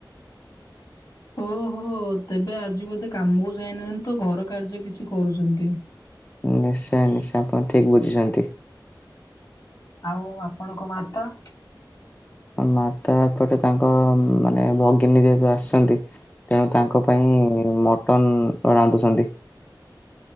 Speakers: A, on the left; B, on the left.
A: ଓହୋ ତେବେ ଆଜି ବୋଧେ କାମକୁ ଯାଇନାହାନ୍ତି ତ ଘର କାର୍ଯ୍ୟ କିଛି କରୁଛନ୍ତି।
B: ହଁ। ନିଶ୍ଚୟ ନିଶ୍ଚୟ ଆପଣ ଠିକ ବୁଝିଛନ୍ତି।
A: ଆଉ ଆପଣଙ୍କ ମାତା?
B: ମାତା ଏପଟେ ତାଙ୍କ ମାନେ ଭଗିନୀ ଯେହେତୁ ଆସିଛନ୍ତି ତେଣୁ ତାଙ୍କ ପାଇଁ ମଟନ ରାନ୍ଧୁଛନ୍ତି।